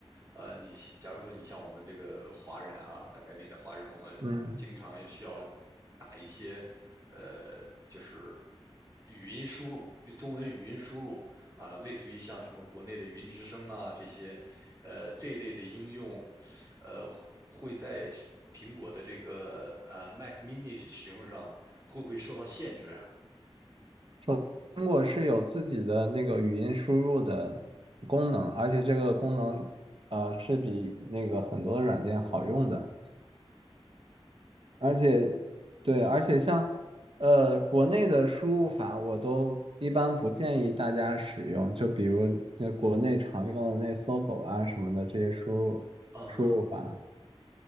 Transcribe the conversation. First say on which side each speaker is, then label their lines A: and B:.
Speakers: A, on the right; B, on the right.
A: 呃，你假如说你像我们这个华人啊，在北美的华人，我们经常也需要
B: 嗯
A: 打一些呃，就是语音输入，中文语音输入，啊、呃类似于像什么国内的云之声啊这些，呃这类的应用，呃会在苹果的这个呃 Mac Mini 使用上会不会受到限制啊？
B: 中中国是有自己的那个语音输入的功能，而且这个功能呃是比那个很多软件好用的，而且对，而且像呃国内的输入法我都一般不建议大家使用，就比如那国内常用的那搜狗啊什么的这些输入输入法，
A: 嗯哼，